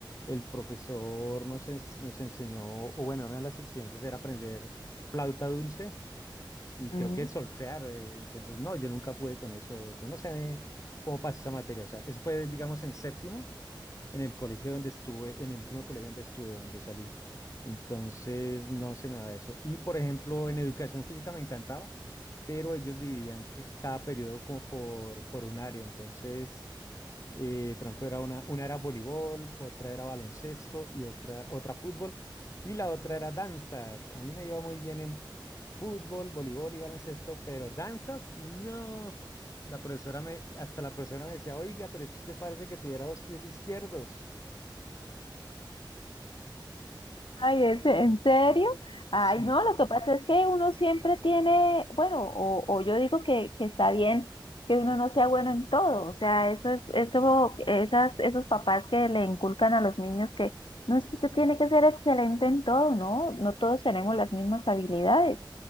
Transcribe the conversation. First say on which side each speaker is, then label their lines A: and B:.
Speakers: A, on the left (about 40°); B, on the left (about 80°).
A: el profesor nos, ens- nos enseñó, o bueno, una de las exigencias era aprender flauta dulce y creo
B: Mm.
A: que es solfear, eh, entonces no, yo nunca pude con eso, yo no sé cómo pasé esa materia, o sea, eso fue, digamos, en séptimo, en el colegio donde estuve, en el último colegio donde estuve, donde salí, entonces no se me daba eso. Y, por ejemplo, en educación física me encantaba, pero ellos dividían c- cada periodo como por, por un área, entonces... Eh, por ejemplo, era una, una era voleibol, otra era baloncesto y otra, otra fútbol. Y la otra era danzas. A mí me iba muy bien en fútbol, voleibol y baloncesto, pero danzas, no. La profesora me, hasta la profesora me decía, oiga, pero es que usted parece que tuviera dos pies izquierdos.
B: Ay, ¿es- ¿en serio? Ay,
A: Sí.
B: no, lo que pasa es que uno siempre tiene, bueno, o, o yo digo que, que está bien que uno no sea bueno en todo, o sea, eso es, eso, esas, esos papás que le inculcan a los niños que no es que usted tiene que ser excelente en todo, no, no todos tenemos las mismas habilidades,